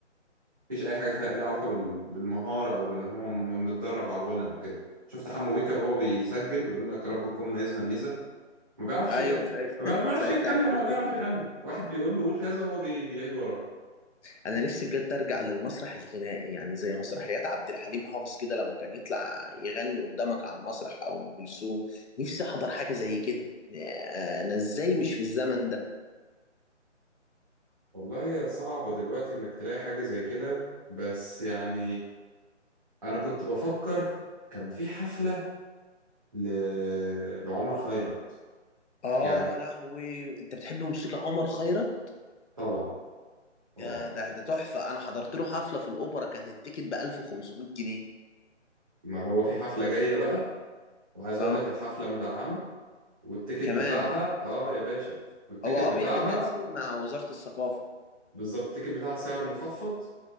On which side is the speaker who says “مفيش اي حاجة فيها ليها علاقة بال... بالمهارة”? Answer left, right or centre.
Right